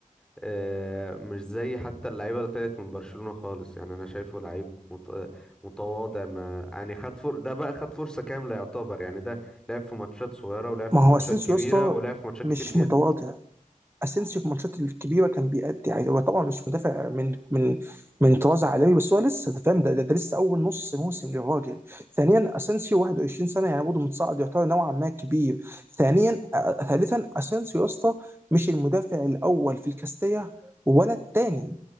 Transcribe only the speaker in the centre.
آه مش زي حتى اللعيبه اللي طلعت من برشلونه خالص يعني انا شايفه لعيب مت- متواضع ما يعني خد فر... ده بقى خد فرصه كامله يعتبر يعني ده لعب في ماتشات صغيره ولعب في
ماتشات
كبيره
ولعب في ماتشات
كتير جدا